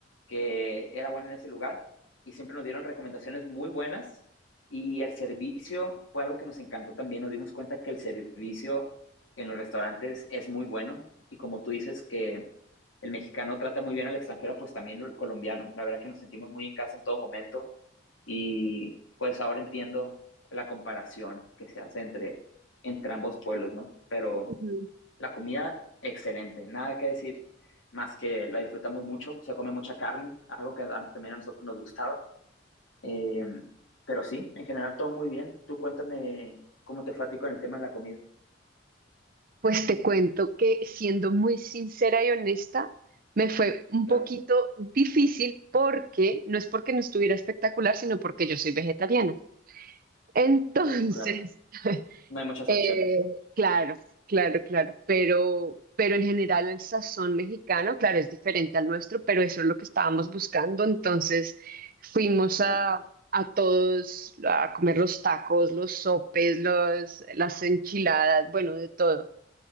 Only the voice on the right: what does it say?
Ujú.
Pues te cuento que siendo muy sincera y honesta, me fue un
poquito difícil porque no es porque no estuviera espectacular, sino porque yo soy vegetariana. Entonces,
<laughs>
eh,
claro, claro, claro, pero, pero en general el sazón mexicano, claro, es diferente al nuestro, pero eso es lo que estábamos buscando. Entonces fuimos
a, a todos a comer los tacos, los sopes, los, las enchiladas, bueno, de todo.